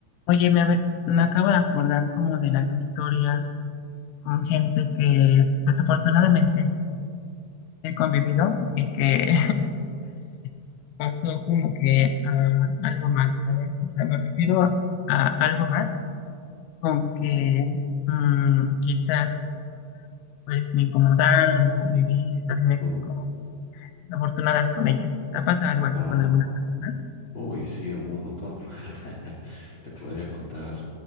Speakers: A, on the left (about 80°); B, on the left (about 45°).
A: Oye, me, ave- me acabo de acordar como de las historias con gente que desafortunadamente he convivido y que <laughs> pasó como que a algo más, ¿sabes? O sea, me refiero a algo más con que mm, quizás pues me incomodaron o viví situaciones
B: Mm.
A: como desafortunadas con ellas. ¿Te ha pasado algo así
B: Ah,
A: con alguna persona?
B: uy, sí, un montón. <laughs> Te podría contar